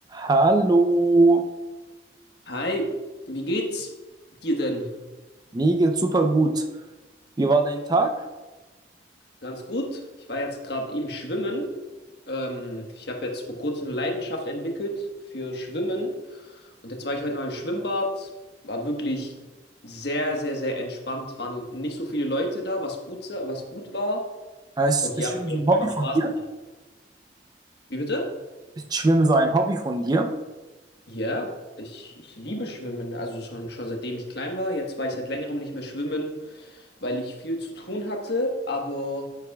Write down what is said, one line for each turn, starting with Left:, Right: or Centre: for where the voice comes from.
Right: Hallo,
Left: Hi, wie geht's dir denn?
Right: mir geht's super gut. Wie war dein Tag?
Left: Ganz gut. Ich war jetzt gerade eben schwimmen. Ähm, ich habe jetzt vor kurzem eine Leidenschaft entwickelt für Schwimmen. Und jetzt war ich heute mal im Schwimmbad. War wirklich sehr, sehr, sehr entspannt. Waren nicht so viele Leute da, was gut, sa- was gut war.
Right: Ah, Ist,
Left: Und ja,
Right: ist Schwimmen
Left: mir
Right: so
Left: hat
Right: ein Hobby
Left: einfach
Right: von
Left: Spaß
Right: dir?
Left: gemacht. Wie bitte?
Right: Ist Schwimmen so ein Hobby von dir?
Left: Ja, ich, ich liebe Schwimmen. Also schon, schon seitdem ich klein war. Jetzt war ich seit längerem nicht mehr schwimmen. weil ich viel zu tun hatte. Aber